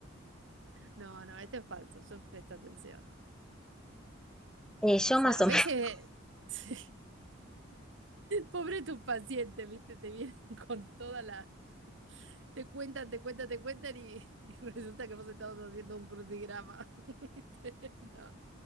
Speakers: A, on the right; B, in the centre.
A: No, no, este es falso, yo presto atención.
B: Eh, yo
A: O sea,
B: más
A: a
B: o
A: veces,
B: menos. <laughs>
A: <laughs> sí. Pobre tu paciente viste, te vienen <laughs> con toda la... Te cuentan, te cuentan, te cuentan y, y resulta que vos estabas haciendo un crucigrama. <laughs> ¿viste? No,